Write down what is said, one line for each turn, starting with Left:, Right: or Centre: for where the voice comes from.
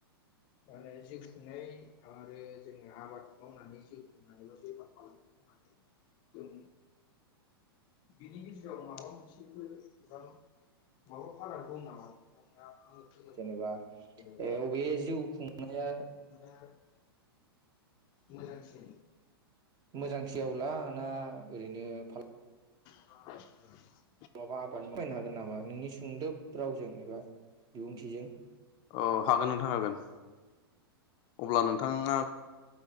Left: माने होनो जिउ खुंनाय आरो जोङो आबाद मावनानै जिउ खुंनानैबा बेफार फालांगि जों बिनि गेजेराव माबा मोनसेफोर बा माबा फारा दं नामा नोंथांङा?
Right: जेनेबा ए अबे जिउ खुंनाया
Left: <unintelligible> मोजांसिन
Right: मोजांसे आवला ना ओरैनो फालां
Left: <unintelligible>
Right: माबा आबाद <unintelligible> हागोन नामा नोंनि सुंदोब रावजों एबा बिबुंथिजों?
Left: औ हागोन
Right: ‌गिगो
Left: नोंथां हागोन अब्ला नोंथाङा